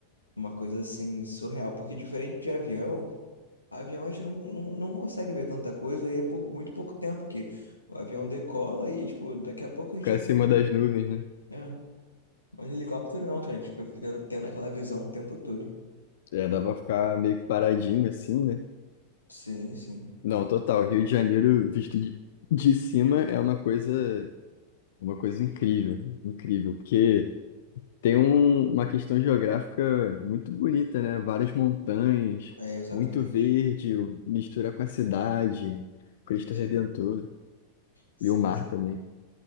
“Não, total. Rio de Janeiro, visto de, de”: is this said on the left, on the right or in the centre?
Left